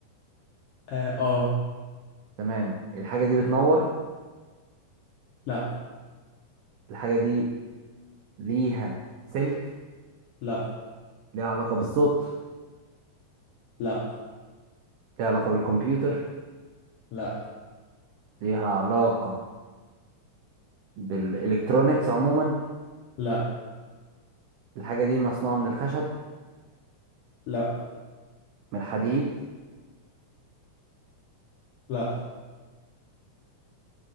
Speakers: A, on the left; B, on the right.
A: اه آه.
B: تمام الحاجه دي بتنور
A: لا
B: الحاجه دي ليها سلك
A: لا
B: ليها علاقه بالصوت
A: لا
B: ليها علاقه بالكمبيوتر
A: لا
B: ليها علاقه بالالكترونيكس عموما
A: لا
B: الحاجه دي مصنوعه من الخشب
A: لا
B: من الحديد
A: لا